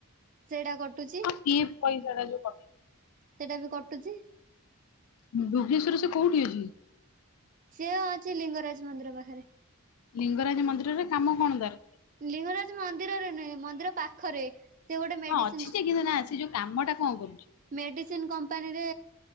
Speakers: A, on the right; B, on the left.
A: ସେଟା କଟୁଚି
B: ପି ଏଫ୍ ପଇସାଟା ଯୋଉ କଟେ।
A: ସେଇଟା ବି କଟୁଚି
B: ଭୁବନେଶ୍ଵର ରେ ସେ କୋଉଠି ଅଛି?
A: ସିଏ ଅଛି ଲିଙ୍ଗରାଜ ମନ୍ଦିର ପାଖରେ।
B: ଲିଙ୍ଗରାଜ ମନ୍ଦିରରେ କାମ କଣ ତାର?
A: ଲିଙ୍ଗରାଜ ମନ୍ଦିରରେ ନୁହେଁ ମନ୍ଦିର ପାଖରେ। ସେ ଗୋଟେ ମେଡିସିନ
B: ହଁ ଅଛି ଯେ କିନ୍ତୁ ନା ସେ ଯୋଉ କାମ ଟା କଣ କରୁଚି?
A: ମେଡିସିନ୍ କମ୍ପାନୀରେ